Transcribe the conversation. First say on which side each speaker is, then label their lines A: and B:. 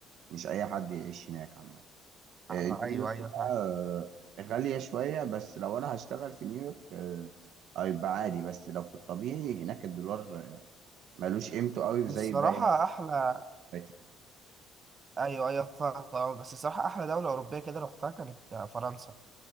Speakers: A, on the right; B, on the right.
A: مش اي حد يعيش هناك عامه آه،
B: آه
A: نيويورك
B: ايوه ايوه
A: بقى
B: فاهم
A: آه، غالية شوية بس لو أنا هشتغل في نيويورك آه، هيبقى عادي بس لو في الطبيعي هناك الدولار آه، ملوش قيمته قوي
B: الصراحة
A: زي باقي
B: أحلى
A: الفاتح
B: ايوه ايوه فاهم أه، بس الصراحه احلى دوله اوروبيه كده روحتها كانت آه، فرنسا